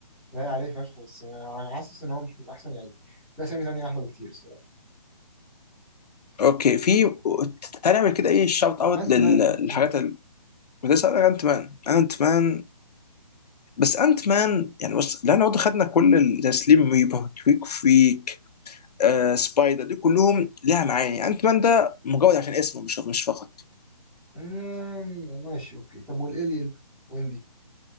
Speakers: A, in the centre; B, on the left.
A: لايق عليه فشخ بس آه، أنا حاسس ان هو مش من احسن يعني في اسامي تانية احلى بكتير الصراحه
B: اوكي في تعالى نعمل كده ايه شاوت اوت
A: انت
B: للحاجات
A: مان انت مان
B: الكويسه انا انت مان انا انت مان بس انت مان يعني بص لان برضه خدنا كل ال- زي سليم ريبر تويك فريك آه سبايدر دي كلهم لها معاني انت مان ده مجرد عشان اسمه مش مش فقط
A: مم، ماشي اوكي طب والالين وينبي